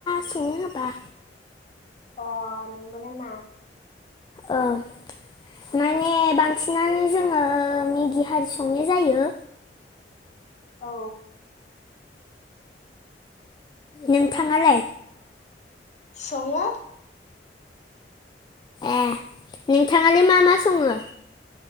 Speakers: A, on the left; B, on the left.
A: संनो होबा।
B: अह नंग' नामा?
A: ओं। माने बांसिनानो जोङो मेगि हारि संनाय जायो।
B: औ।
A: नोंथाङालाय?
B: सङो।
A: एह नोंथाङालाय मा मा सङो?